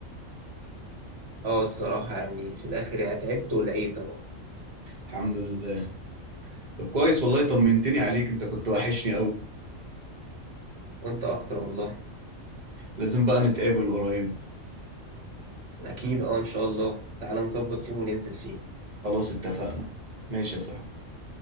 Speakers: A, on the right; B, on the right.
A: اه الصراحة يعني في الآخر يعني تعبت ولقيت أهو
B: الحمد لله طب كويس والله طمنتني عليك انت كنت وحشني قوي
A: وأنت أكتر والله
B: لازم بقى نتقابل قريب
A: أكيد اه إن شاء الله تعالى نظبط يوم وننزل فيه
B: خلاص اتفقنا ماشي يا صاحبي